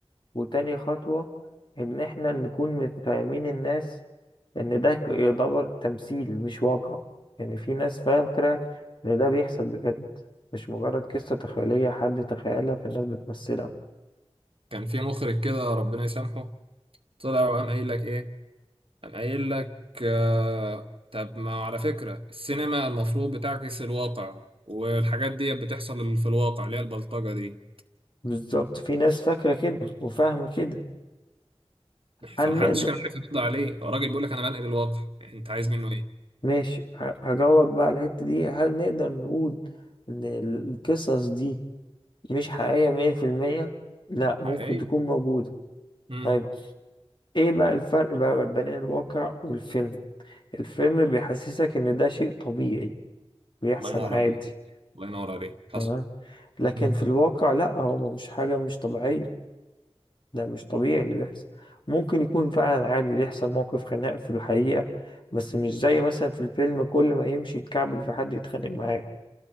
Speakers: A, on the left (about 50°); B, on the right (about 60°).
A: وتاني خطوة إن إحنا نكون مت- فاهمين الناس إن ده ك- يعتبر تمثيل مش واقع يعني في ناس فاكرة إن ده بيحصل بجد مش مجرد قصة تخيلية حد تخيلها فالناس بتمثلها
B: كان في مخرج كده ربنا يسامحه طلع وقام قايل لك ايه قام قايل لك آه طب ما على فكرة السينما المفروض بتعكس الواقع والحاجات دي بتحصل في الواقع اللي هي البلطجة دي
A: بالظبط في ناس فاكرة كده وفاهمة كده
B: فمحدش
A: هل نقدر
B: كان عارف يرد عليه هو الراجل بيقول لك انا بنقل الواقع انت عايز منه ايه
A: ماشي ه- هجاوبك بقى على الحتة دي هل نقدر نقول إن القصص دي مش حقيقية مية في المية؟ لأ
B: حقيقي
A: ممكن تكون موجودة
B: امم
A: طيب ايه بقى الفرق بقى بين الواقع والفيلم الفيلم بيحسسك ان ده شيء طبيعي بيحصل
B: الله ينور
A: عادي
B: عليك الله ينور عليك حصل
A: تمام لكن
B: امم
A: في الواقع لا هو مش حاجة مش طبيعية ده مش طبيعي اللي بيحصل ممكن يكون فعلا عادي بيحصل موقف خناق في الحقيقة بس مش زي مثلا في الفيلم كل ما يمشي يتكعبل في حد يتخانق معاه